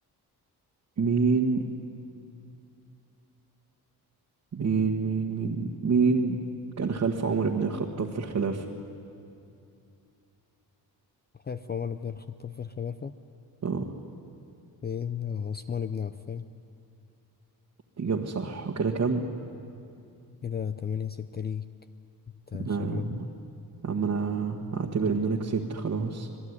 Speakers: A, on the right; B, on the left.
A: مين مين مين مين مين كان خلف عمر بن الخطاب في الخلافة
B: خلف عمر بن الخطاب في الخلافة
A: اه
B: سيدنا عثمان بن عفان
A: إجابة صح وكده كم
B: كده تمانية ستة ليك انت
A: نعم
B: شكلك
A: عم أنا أعتبر إن أنا كسبت خلاص